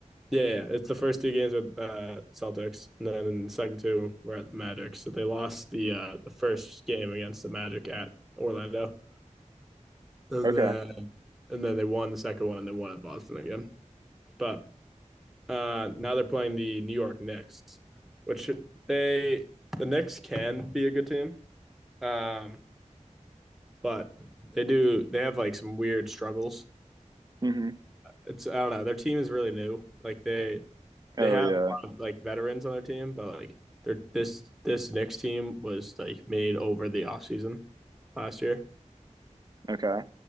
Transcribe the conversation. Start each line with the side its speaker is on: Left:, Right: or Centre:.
Centre: yeah, yeah yeah. it's the first two games with the uh, Celtics, and then in the second two we're at the Magic. So they lost the uh, the first game against the Magic at Orlando, and
Right: Okay.
Centre: then and then they won the second one. They won at Boston again, but Uh, now they're playing the New York Knicks, which they the Knicks can be a good team, um, but they do they have like some weird struggles.
Right: hmm
Centre: It's I don't know. Their team is really new. Like they
Right: Oh
Centre: they have
Right: yeah.
Centre: a lot of like veterans on their team, but like they're this this Knicks team was like made over the offseason last year.
Right: Okay.